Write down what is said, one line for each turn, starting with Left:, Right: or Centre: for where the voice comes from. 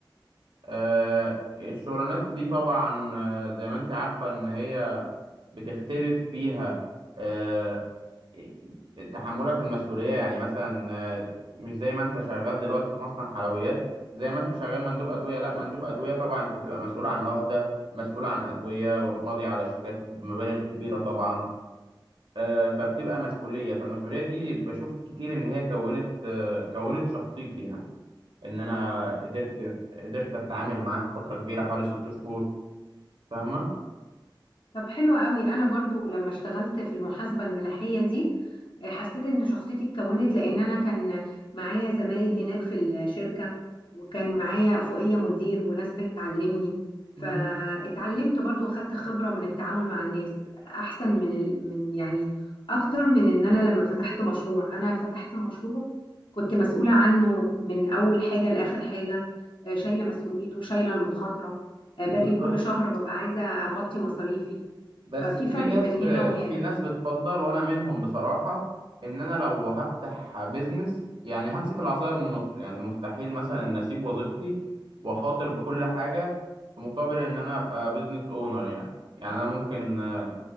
Right: آه، الشغلانات دي طبعا آه، زي ما انت عارفة ان هي بتختلف فيها آه، إيه، تحملك المسؤولية يعني مثلا آه، مش زي ما انت شغال دلوقتي في مصنع حلويات زي ما انت شغال مندوب أدوية لا مندوب أدوية طبعا انت بتبقى مسؤول عن عهدة مسؤول عن أدوية ماضي على شيكات بمبالغ كبيرة طبعا آه، فبتبقى مسؤولية فالمسؤولية دي بشوف كتير ان هي كونت آه، كونت شخصيتي يعني ان انا قدرت قدرت اتعامل معاها فتره كبيره حوالي ست شهور فاهمه
Left: طب حلو قوي انا برضو لما اشتغلت في المحاسبه الملاحيه دي آه، حسيت ان شخصيتي اتكونت لان انا كان معايا زمايل هناك في الشركه وكان معايا فوقيه مدير وناس بتعلمني
Right: مم.
Left: فاتعلمت برضو واخدت خبره من التعامل مع الناس احسن من ال... من يعني اكتر من ان انا لما فتحت مشروع انا فتحت مشروع كنت مسؤوله عنه من اول حاجه لاخر حاجه آه، شايله مسؤوليته شايله المخاطره آه،
Right: بالظبط
Left: باجي كل شهر ببقى عايزه اغطي مصاريفي
Right: بس
Left: ففي
Right: في
Left: فرق
Right: ناس
Left: بين هنا وهنا
Right: في ناس بتفضل وانا منهم بصراحه ان انا لو هفتح بيزنس يعني همسك العصايه من النص يعني مستحيل مثلا إن اسيب وظيفتي واخاطر بكل حاجه في مقابل ان انا ابقى بيزنس اونر يعني يعني انا ممكن آه،